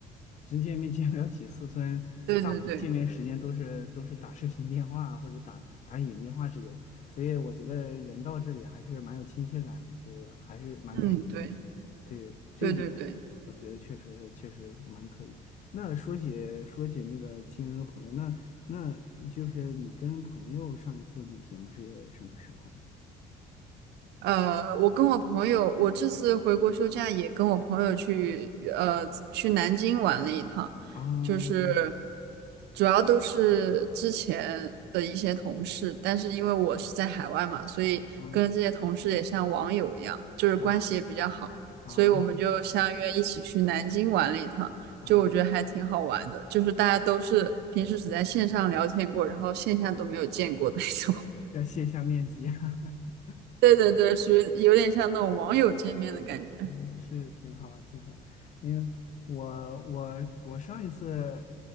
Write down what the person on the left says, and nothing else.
真见面见不了几次，虽然大部分见面时间都是都是打视频电话啊或者打打语音电话之类，
所以我觉得人到这里还是蛮有亲切感的，就还是蛮开心。
对，这一点我我觉得确实确实蛮可以。
那说起说起那个亲人和朋友，那那就是你跟朋友上一次旅行是什么时候？
对
啊
啊
啊啊
啊！
要卸下面积哈。<laughs>
嗯，是挺好，挺好。因为我我我上一次，